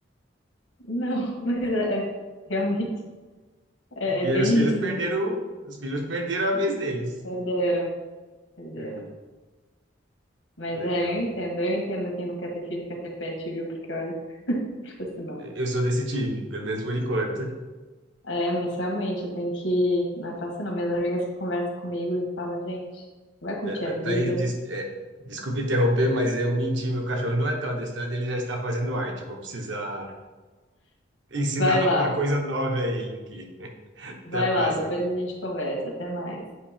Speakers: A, on the left (about 85°); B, on the right (about 75°).
A: Não, <laughs> mas é, é- realmente é,
B: E
A: é bem
B: aí os filhos
A: isso,
B: perderam,
A: hein?
B: os filhos perderam a vez deles.
A: Perderam, perderam.
B: É,
A: Mas
B: legal.
A: é, eu entendo, eu entendo quem não quer ter filho, quer ter pet, viu? Porque olha, <laughs> se não.
B: Eu sou desse time, pelo menos por enquanto.
A: É, mas realmente eu tenho que. Não é fácil não. Minhas amigas que conversam comigo e falam, gente, vai curtir
B: É, mas,
A: a vida.
B: Thaís, des- é, desculpa interromper, mas eu menti. Meu cachorro não é tão adestrado, ele já está fazendo arte. Eu vou precisar ensinar
A: Vai lá,
B: <laughs> uma coisa nova a ele aqui.
A: vai
B: Até a próxima.
A: lá, depois a gente conversa. Até mais.